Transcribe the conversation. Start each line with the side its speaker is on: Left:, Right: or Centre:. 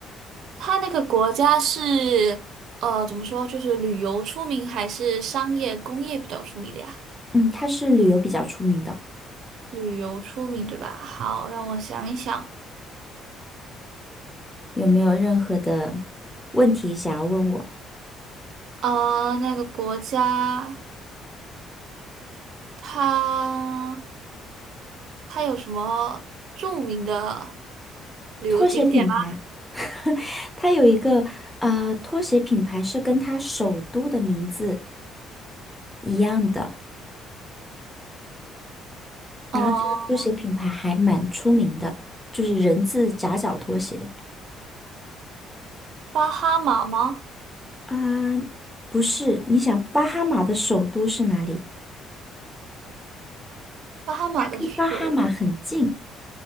Right: 它那个国家是，呃，怎么说，就是旅游出名，还是商业工业比较出名的呀？
Centre: 嗯，它是旅游比较出名的。
Right: 旅游出名，对吧？好，让我想一想。
Centre: 有没有任何的问题想要问我？
Right: 啊，那个国家，它。它有什么著名的旅游景点吗？
Centre: 拖鞋品牌，<laughs> 它有一个呃，拖鞋品牌是跟它首都的名字一样的，然后这个拖鞋品牌还蛮出名的，
Right: 呃，
Centre: 就是人字夹脚拖鞋。
Right: 巴哈马吗？
Centre: 啊、不是，你想巴哈马的首都是哪里？
Right: 巴哈马的首，
Centre: 跟巴哈马很近，